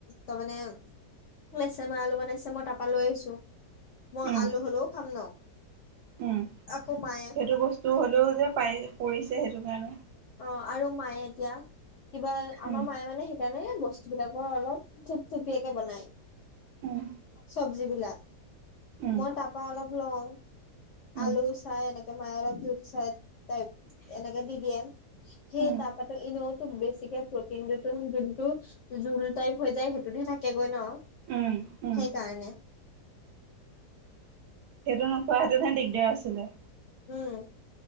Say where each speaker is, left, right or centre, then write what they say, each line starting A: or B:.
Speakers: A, on the left; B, on the right.
A: তাৰমানে- ওলাইছে, মাই আলু বনাইছে, মই তাৰপা লৈ আহিছো, মই
B: উম
A: আলু হলেও খাম ন।
B: উম।
A: আকৌ মায়ে
B: সেইটো বস্তু হ'লেও যে পাই পৰিছে সেইটো কাৰণে।
A: অ আৰু মায়ে এতিয়া, কিবা আমাৰ
B: উম
A: মায়ে মানে সেইকাৰণে বস্তু যিবিলাকৰ অলপ থুপ-থুপিয়াকে বনাই।
B: উম
A: চবজি বিলাক।
B: উম
A: মই তাৰ পৰা অলপ লওঁ,
B: উম
A: আলু চাই এনেকে। ত মায়ে অলপ জোল চাই টাইপ এনেকে দি দিয়ে, সেই
B: উম,
A: তাৰ পৰাতো এনেও টো বেছিকে প্ৰটিনতটো যোনটো জোল টাইপ হৈ যায় সেইটোতহে থাকেগৈ ন।
B: উম, উম।
A: সেইকাৰণে।
B: সেইটো নোখোৱো হেতেনহে দিগদাৰ আছিলে।
A: উম।